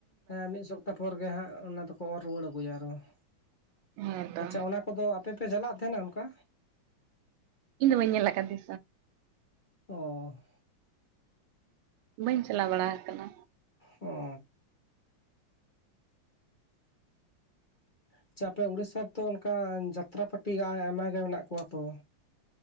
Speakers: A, on the left; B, on the right.
A: ᱦᱮᱸ ᱢᱤᱫ ᱥᱚᱯᱛᱟ ᱯᱚᱨ ᱜᱮ ᱦᱟᱸᱜ ᱚᱱᱟ ᱫᱚᱠᱚ ᱚᱨ ᱨᱩᱣᱟᱹᱲ ᱟᱹᱜᱩᱭᱟ ᱟᱨ <unintelligible>
B: ᱦᱮᱸ ᱛᱚ
A: ᱟᱪᱪᱷᱟ ᱚᱱᱟ ᱟᱫᱚ ᱟᱯᱮ ᱯᱮ ᱪᱟᱞᱟᱜ ᱛᱟᱦᱮᱸᱱᱟ ᱚᱱᱠᱟ?
B: ᱫᱚ ᱵᱟᱹᱧ ᱧᱮᱞ ᱟᱠᱟᱫᱮ
A: ᱚ <unintelligible>
B: ᱵᱟᱹᱧ ᱪᱟᱞᱟᱣ ᱵᱟᱲᱟ ᱦᱟᱠᱟᱱᱟ,
A: ᱚᱻ ᱟᱪᱪᱷᱟ ᱟᱯᱮ ᱩᱲᱤᱥᱟ ᱨᱮᱛᱚ ᱚᱱᱠᱟ ᱡᱟᱛᱨᱟ ᱯᱟᱹᱴᱤ ᱟᱭᱢᱟ ᱜᱮ ᱢᱮᱱᱟᱜ ᱠᱚᱣᱟ ᱛᱚ